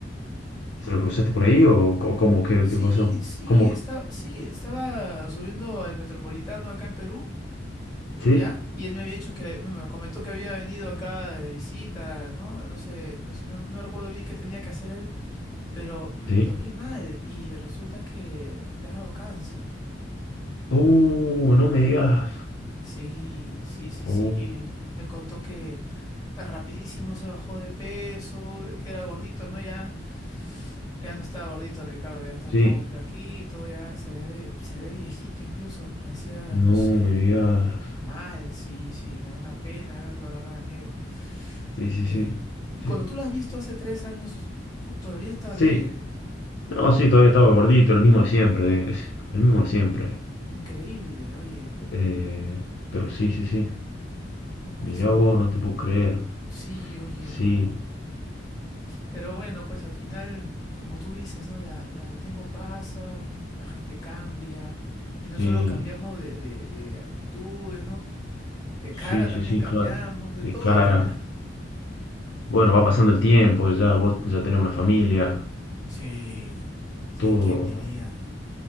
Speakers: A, on the left; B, on the left.
A: ¿Se lo cruzaste por ahí o, co- cómo? ¿Qué,
B: Sí,
A: qué pasó?
B: sí,
A: ¿Cómo?
B: está, sí, estaba subiendo al Metropolitano acá en Perú
A: ¿Sí?
B: ¿Ya? Y él me había dicho que, me comentó que había venido acá de visita, ¿no? No sé, no sé, no, no recuerdo bien qué tenía que hacer él, pero mm,
A: Sí.
B: lo vi mal y resulta que le ha dado cáncer.
A: Uh, no me digas.
B: Sí, sí, sí,
A: Uh,
B: sí. Y me contó que rapidísimo se bajó de peso, el que era gordito, ¿no? Ya, ya no está gordito Ricardo, ya está
A: sí.
B: todo flaquito, ya se le ve, se le ve viejito incluso, parecía, no
A: No
B: sé,
A: me digas.
B: mal, sí, sí, me da una pena verlo, la verdad, amigo.
A: Sí, sí,
B: Eh,
A: sí.
B: y cuando
A: Sí.
B: tú lo has visto hace tres años, tú, todavía está bien
A: Sí.
B: él.
A: No, sí, todavía estaba gordito, el mismo de siempre. de- El mismo de siempre.
B: Increíble, oye,
A: Eh, pero sí, sí, sí.
B: ¿cómo
A: Mira,
B: es, no?
A: wow, no te puedo creer.
B: Sí, oye,
A: Sí,
B: no. Pero bueno, pues al final, como tú dices, ¿no? La, la- el tiempo pasa, la gente cambia. Y no
A: sí,
B: solo cambiamos de, de, de actitudes, ¿no? De
A: sí,
B: cara también
A: sí, sí,
B: cambiamos,
A: claro.
B: de
A: De
B: todo
A: cara.
B: cambia.
A: Bueno, va pasando el tiempo, ya vos ya tenés una familia.
B: Sí, sí,
A: Todo.
B: ¿quién diría?